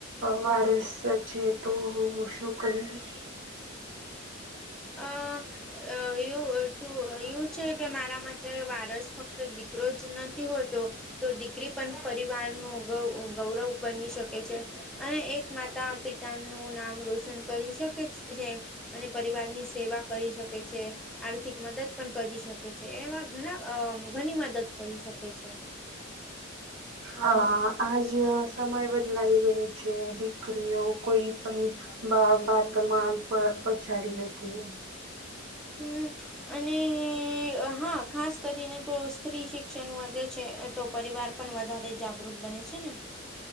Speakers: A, on the right (about 65°); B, in the centre.
A: વારસ છે તો શું કરી
B: અ અ એવું તું એવું છે કે મારા માટે વારસ ફક્ત દીકરો જ નથી હોતો તો દીકરી પણ પરિવાર ન ગૌવ ગૌરવ બની શકે છે. અને એક માતા પિતા નું નામ રોશન કરી શકે છે અને પરિવારની સેવા કરી શકે છે. આર્થિક મદદ પણ કરી શકે છે એમાં ઘણા ઘણી મદદ કરી શકે છે.
A: હા આજ સમય બદલાઈ ગયો છે. કરીઓ કોઈ પણ બા બાતમાં પછાડી નથી
B: હમ અને હા ખાસ કરીને તો સ્ત્રી શિક્ષણ વધે છે તો પરિવાર પણ વધારે જાગૃત બને છે ને